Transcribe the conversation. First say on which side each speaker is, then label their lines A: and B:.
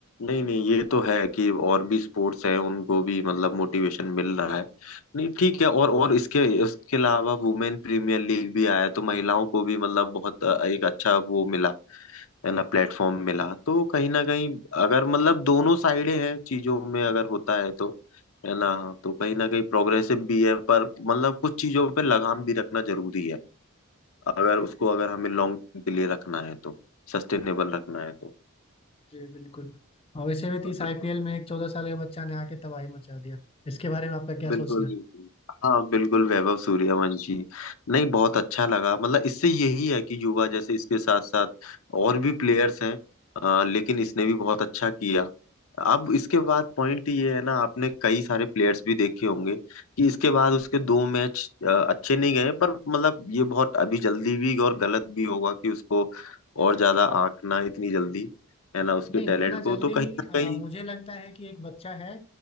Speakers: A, on the left; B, on the left.
A: नहीं नहीं ये तो है कि और भी स्पोर्ट्स हैं उनको भी मतलब मोटिवेशन मिल रहा है नहीं ठीक है और और इसके इसके अलावा वुमेन प्रीमियर लीग भी आया तो महिलाओं को भी मतलब बहुत अ, एक अच्छा वो मिला है ना प्लेटफॉर्म मिला तो कहीं ना कहीं अगर मतलब दोनों साइडें हैं चीजों में अगर होता है तो है ना तो कहीं ना कहीं प्रोग्रेसिव भी है पर मतलब कुछ चीजों पे लगाम भी रखना जरूरी है अगर उसको अगर हमें लॉन्ग के लिए रखना है तो सस्टेनेबल रखना है तो
B: जी बिल्कुल और वैसे भी तो
A: बिल्कुल
B: इस आईपीएल में एक चौदह साल के बच्चा ने आके तबाही मचा दिया इसके बारे में आपका क्या
A: बिल्कुल
B: सोचना
A: बिल्कुल हाँ बिल्कुल वैभव सूर्यवंशी नहीं बहुत अच्छा लगा मतलब इससे यही है कि युवा जैसे इसके साथ साथ और भी प्लेयर्स हैं अ, लेकिन इसने भी बहुत अच्छा किया अब इसके बाद पॉइंट ये है ना आपने कई सारे प्लेयर्स भी देखे होंगे कि इसके बाद उसके दो मैच अच्छे नहीं गए पर मतलब ये बहुत अभी जल्दी भी और गलत भी होगा कि उसको और ज्यादा आंकना इतनी जल्दी है ना उसके
B: नहीं
A: टैलेंट
B: इतना जल्दी
A: को तो कहीं ना
B: अ,
A: कहीं
B: मुझे लगता है कि एक बच्चा है